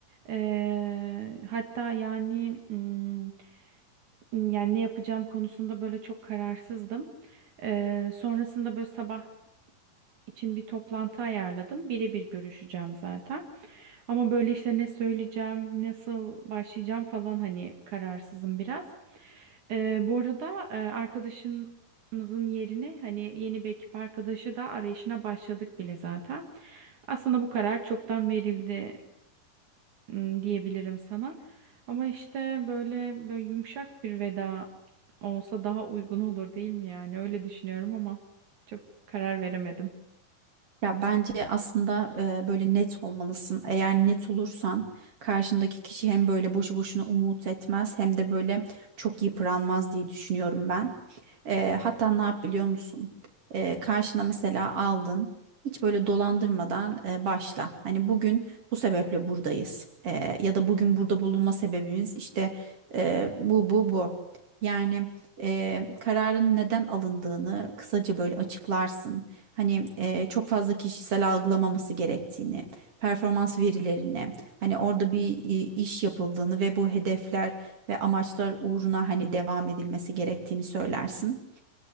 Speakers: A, on the right (about 60°); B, on the right (about 45°).
A: E, hatta yani mm, yani ne yapacağım konusunda böyle çok kararsızdım. E, sonrasında böyle sabah için bir toplantı ayarladım. Birebir görüşeceğim zaten. Ama böyle işte ne söyleyeceğim, nasıl başlayacağım falan hani kararsızım biraz. Ee, bu arada e, arkadaşımızın yerine hani yeni bir ekip arkadaşı da arayışına başladık bile zaten. Aslında bu karar çoktan verildi m, diyebilirim sana. Ama işte böyle, böyle yumuşak bir veda olsa daha uygun olur değil mi yani? Öyle düşünüyorum ama çok karar veremedim.
B: Ya bence aslında eee, böyle net olmalısın. Eğer net olursan karşındaki kişi hem böyle boşu boşuna umut etmez hem de böyle çok yıpranmaz diye düşünüyorum ben. Eee, hatta ne yap biliyor musun? Eee, karşına mesela aldın. Hiç böyle dolandırmadan eee, başla. Hani bugün bu sebeple buradayız. Eee, ya da bugün burada bulunma sebebimiz işte eee, bu bu bu. Yani eee, kararın neden alındığını kısaca böyle açıklarsın. Hani eee, çok fazla kişisel algılamaması gerektiğini, performans verilerini, hani orada bir i- iş yapıldığını ve bu hedefler ve amaçlar uğruna hani devam edilmesi gerektiğini söylersin.